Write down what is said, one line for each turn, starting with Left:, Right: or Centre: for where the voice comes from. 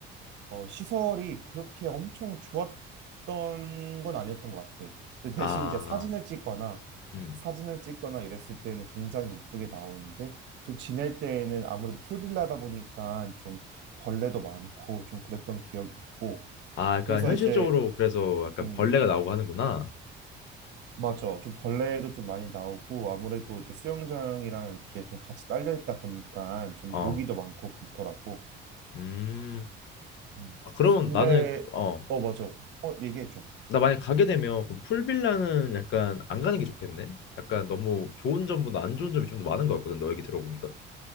Right: 어, 시설이 그렇게 엄청 좋았던 건 아니었던 것 같아. 근데
Left: 아,
Right: 대신 이제 사진을 찍거나
Left: 음,
Right: 사진을 찍거나 이랬을 때는 굉장히 이쁘게 나오는데 좀 지낼 때에는 아무래도 풀빌라다 보니까 좀 벌레도 많고 좀 그랬던 기억이 있고
Left: 아, 약간
Right: 그래서
Left: 현실적으로
Right: 이제
Left: 그래서 약간
Right: 음
Left: 벌레가 나오고 하는구나.
Right: 맞아 좀 벌레도 좀 많이 나오고 아무래도 이제 수영장이랑 이렇게 좀 같이 딸려 있다 보니까 좀
Left: 어.
Right: 모기도 많고 그렇더라고.
Left: 음.
Right: 음
Left: 아, 그러면
Right: 근데
Left: 나는 어.
Right: 어 맞아 어 얘기해 줘.
Left: 나 만약 가게 되면 그럼 풀빌라는 약간 안 가는 게 좋겠네. 약간 너무 좋은 점보다 안 좋은 점이 좀 더 많은 것 같거든. 너 얘기 들어보니까.